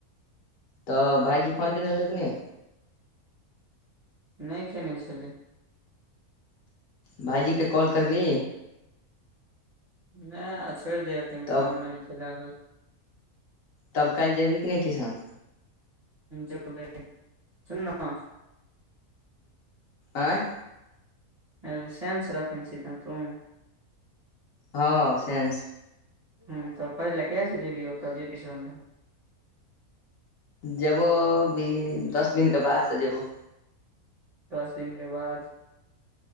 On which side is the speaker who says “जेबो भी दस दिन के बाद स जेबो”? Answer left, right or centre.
Left